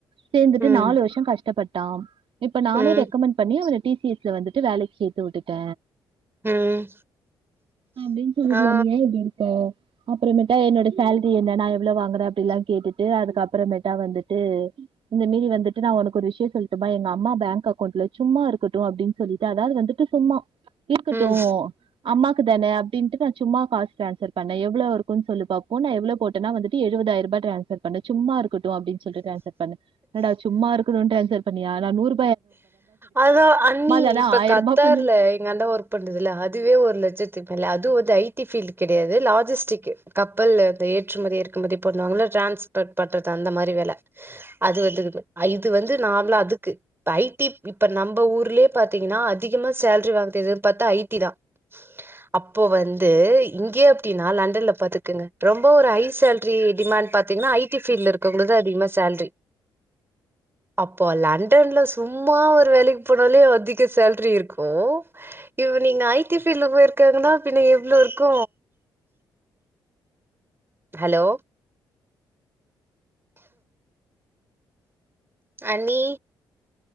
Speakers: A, on the right; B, on the right.
A: சேந்துட்டு
B: ம்
A: நாலு வர்ஷொ கஷ்டப்பட் ட்டா இப்ப நானே
B: ம்
A: ரெக்கமெண்ட் பண்ணி அவன டி சி சி எஸ் ல வந்துட்டு வேலக்கி சேத்து உட்டுட்ட
B: ம்
A: அப்டின் சொல்லிலா
B: ஆ
A: நீ ஏ இப்டி இருக்க அப்றமேன்ட் என்னோட சேல்ரி என்ன நா எவ்ளோ வாங்குறே அப்டிலா கேட்டுட்டு அதுக்கப் ப்றமேட்டா வந்துட்டு இந்த மீதி வந்துட்டு நா ஒனக்கு ஒரு ஷட்டு சொல்ட்டுமா எங்க அம்மா பேங்க் அக்கௌண்ட்ல சும்மா இருக்கட்டு அப்டின் சொல்லிட்டு அதாவது வந்துட்டு சும்மா இருக்கட்டூ
B: ம்
A: அம்மாக்கு தன அப்டின்ட்டு நான் சும்மா காஸ் டிரான்ஸ்ர் பண்ணுனேன் எவ்ளோ இருக்கும் சொல்லு பாபோனு நான் எவ்ளோ போட்டன்னா வந்துடு எழுவது ஆயிரம் டிரான்ஸர் பண்ணுனேன் சும்மா இருக் தோ அப்டின்னு சொல்லிட்டு டிரான்ஸர் பண்னே என்னடா சும்மா இருக்குனுண்டு ட்ரான்ஸர் பண்ணியா அதா நூறு
B: அதான் அண்ணி
A: தான
B: இப்ப
A: ஆயிரரூபா
B: கத்தார்ல
A: பண்ணு
B: எங்க அண்ணன் ஒர்க் பண்ணுதுல அதுவே ஒரு லட்சத்து மேல அது வந்து ஐ டி ஃபீல்டு கிடையாது லாஜிஸ்டிக் கப்பல் ஏற்றுமதி இறக்குமதி பண்ணுவாங்கல்ல டிரான்ஸ்போர்ட் பண்றது அந்த மாதிரி வேல அது வந்திருந்து இது வந்து நார்மலா அதுக்கு ஐடிப் இப்ப நம்ம ஊரிலே பாத்தீங்கன்னா அதிகமா சேலரி வாங்குறது எது பாத்தா ஐ டி தான் அப்போ வந்து இங்கே இப்டின்னா லண்டன்ல அதுக்குங்க ரொம்ப ஒரு ஹாய் சேலரி டிமாண்ட் பாத்தீங்கன்னா ஐ டி ஃபீல்டுல இருக்கவங்ளுக்கு தான் அதிகமா சேலரி அப்போ லண் லண்டன்ல சும்மா ஒரு வேலைக்கு போனாலே அதிக சேலரி இருக்கூ இவ் நீங்க ஐ டி ஃபீல்டுல போயிருக்கனா பின்ன எவ்ளோ இருக்க ஹலோ அண்ணி